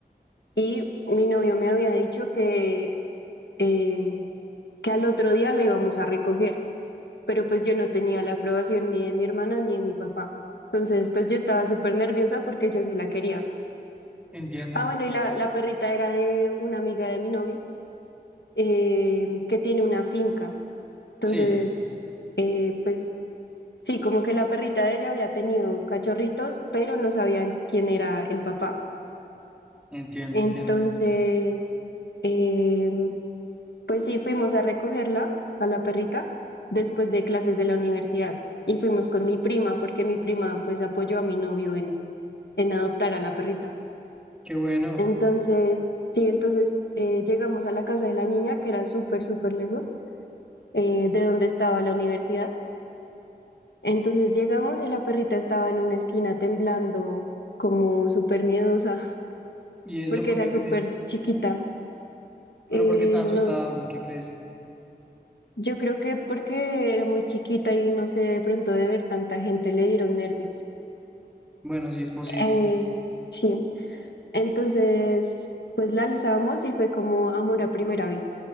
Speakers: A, on the left; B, in the centre.
A: Y mi novio me había dicho que, eh, que al otro día la íbamos a recoger, pero pues yo no tenía la aprobación ni de mi hermana ni de mi papá. Entonces, pues yo estaba súper nerviosa porque yo sí la quería.
B: Entiendo.
A: Ah, bueno, y la, la perrita era de una amiga de mi novio eh, que tiene una finca. Entonces,
B: Sí,
A: eh, pues sí, como que la perrita de ella había tenido cachorritos, pero no sabían quién era el papá.
B: entiendo,
A: Entonces,
B: entiendo.
A: eh, pues sí, fuimos a recogerla, a la perrita, después de clases de la universidad. Y fuimos con mi prima, porque mi prima pues apoyó a mi novio en, en adoptar a la perrita.
B: Qué bueno.
A: Entonces, sí, entonces eh, llegamos a la casa de la niña, que era súper, súper lejos eh, de donde estaba la universidad. Entonces llegamos y la perrita estaba en una esquina temblando, como súper miedosa, <laughs>
B: ¿Y eso
A: porque
B: por
A: era
B: qué
A: súper
B: crees?
A: chiquita.
B: Pero
A: Eh,
B: porque estás asustado,
A: no,
B: ¿por qué crees?
A: yo creo que porque era muy chiquita y no sé, de pronto de ver tanta gente le dieron nervios.
B: Bueno, sí es posible.
A: Eh, sí, entonces, pues la alzamos y fue como amor a primera vista,